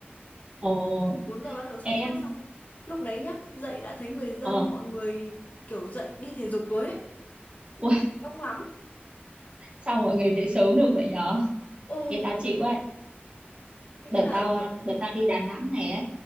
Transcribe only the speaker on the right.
Ồ,
em,
ờ,
ui,
sao mọi người dậy sớm được vậy nhở?
Cái tao chịu ấy,
đợt
tao,
đợt tao đi Đà Nẵng này ấy,